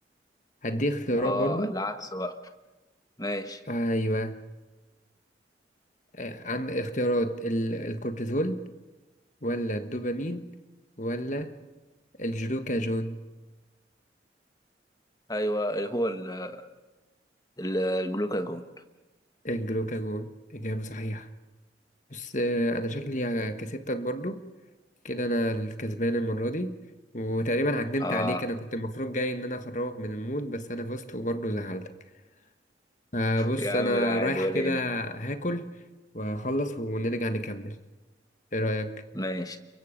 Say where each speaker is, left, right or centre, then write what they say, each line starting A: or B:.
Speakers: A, on the left (about 45°); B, on the left (about 20°).
A: هدي اختيارات
B: اه
A: برضو
B: العكس بقى ماشي
A: ايوه آه، عند اختيارات ال- الكورتيزول ولا الدوبامين ولا الجلوكاجون
B: ايوه اللي هو ال- ال- الجلوكاجون
A: الجلوكاجون اجابه صحيحه بس آه، انا شكلي كسبتك برضو كده انا الكسبان المره دي وتقريبا عجنت
B: اه
A: عليك انا كنت المفروض جاي ان انا اخرجك من المود بس انا فزت وبرضه زعلتك آه بص
B: يا
A: انا
B: عم لا عادي
A: رايح
B: ولا
A: كده
B: يهمك
A: هاكل واخلص ونرجع نكمل ايه رايك
B: ماشي